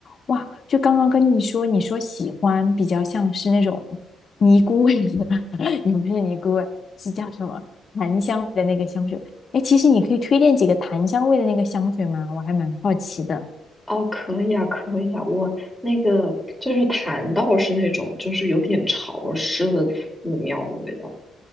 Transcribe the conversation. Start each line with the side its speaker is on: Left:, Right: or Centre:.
Left: 哇，就刚刚跟你说，你说喜欢比较像是那种尼姑味的，<laughs> 也不是尼姑味，是叫什么檀香味的那个香水。哎，其实你可以推荐几个檀香味的那个香水吗？我还蛮好奇的。
Centre: 哦，可以啊，可以啊，我那个就是檀道是那种就是有点潮湿的寺庙的味道，